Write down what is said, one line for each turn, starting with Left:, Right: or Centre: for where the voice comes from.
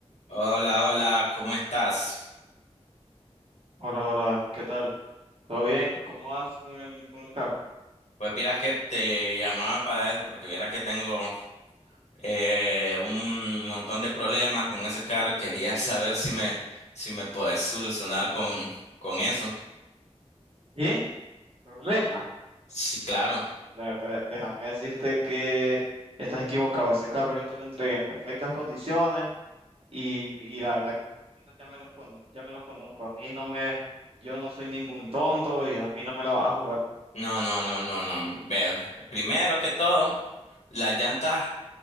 Left: Hola, hola, ¿cómo estás?
Right: Hola, hola, ¿qué tal? ¿Todo bien? ¿Cómo vas con el, con el carro?
Left: Pues vieras que te llamaba para eso, porque vieras que tengo eh, un montón de problemas con ese carro. <laughs> Quería saber si me, si me puedes solucionar con, con eso.
Right: ¿Y? ¿Problema?
Left: Sí, claro.
Right: Chu- La verdad, déjame decirte que estás equivocado. Ese carro yo te lo entregué en perfectas condiciones y, y la verdad que ya me los, cono- ya me los conozco. A mí no me, yo no soy ningún tonto y a mí no me la vas a jugar.
Left: No, no, no, no, no. Veo. Primero que todo, las llantas